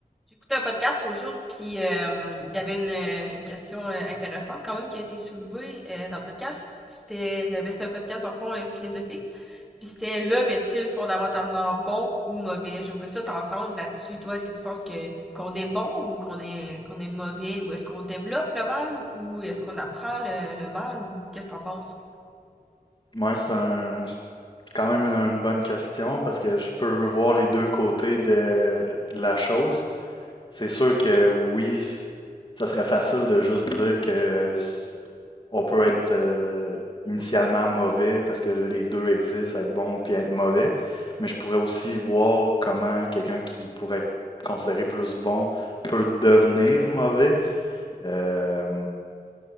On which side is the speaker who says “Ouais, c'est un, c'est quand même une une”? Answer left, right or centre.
Left